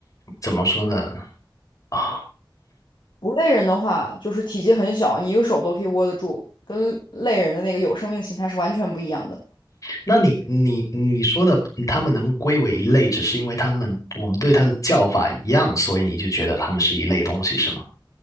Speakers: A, on the left; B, on the left.
A: 怎么说呢？啊，
B: 不类人的话就是体积很小，你一个手都可以握得住，跟类人的那个有生命的形态是完全不一样的。
A: 那你你你说的，嗯他们能归为一类，只是因为他们我们对它的叫法一样，所以你就觉得它们是一类东西，是吗？